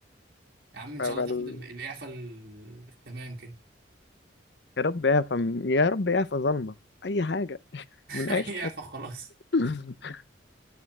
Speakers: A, on the right (about 50°); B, on the left (about 60°).
A: يا عم ان
B: ف-
A: شاء
B: فال...
A: الله تاخد ال- الاعفاء ال- التمام كده
B: يا رب اعفى يا رب اعفى ظلمة اي حاجة من
A: هي
B: اي حتة
A: فخلاص
B: <laughs>